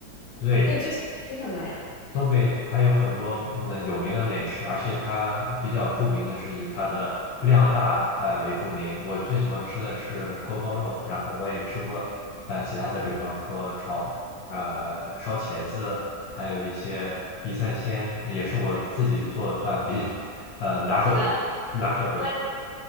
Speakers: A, on the left (about 80°); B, on the left (about 55°).
A: 对，
B: 那你最喜欢吃什么呀？
A: 东北它有很多嗯有名的美食，而且它比较著名的是以它的量大呃为著名。我最喜欢吃的是锅包肉，然后我也吃过呃其他的，比方说炒呃烧茄子，还有一些地三鲜，也是我自己做饭比较呃拿手的拿手的。
B: 天啊，那你